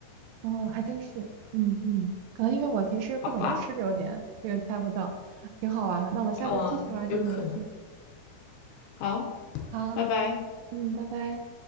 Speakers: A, on the right (about 80°); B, on the left (about 80°).
A: 哦，还真是，嗯嗯，可能因为我平时不怎么吃榴莲，
B: 好吧，
A: 所以猜不到，挺好玩的。那我们下次继续玩这个游戏。
B: 嗯、有可能。好，
A: 好，
B: 拜拜。
A: 嗯，拜拜。